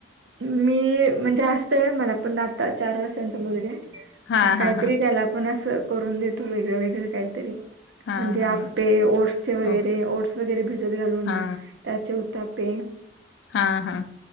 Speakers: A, on the right; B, on the left.
A: मी म्हणजे असतय मला, पण आता चार वर्षांचा मुलगा आहे
B: हा
A: मग काहीतरी
B: हा हा
A: त्याला पण असं करून देतो, वेगळ वेगळ काही तरी.
B: हा
A: म्हणजे
B: हा
A: आप्पे
B: हा
A: ओट्सचे वगैरे
B: हो
A: ओट्स वगैरे भिजत घालून.
B: हा
A: त्याचे उतापे
B: हा हा